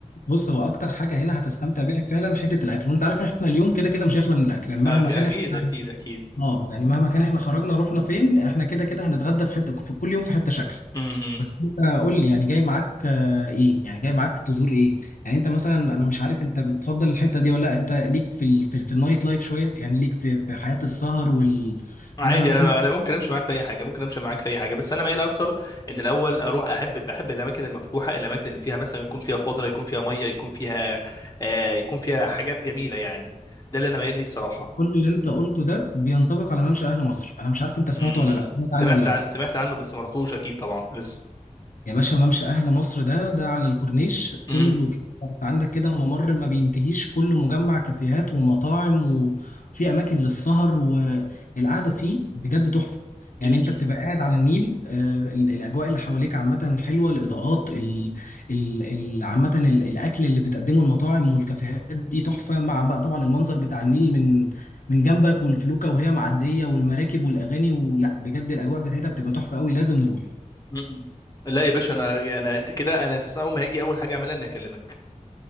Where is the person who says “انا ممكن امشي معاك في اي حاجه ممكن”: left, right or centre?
Left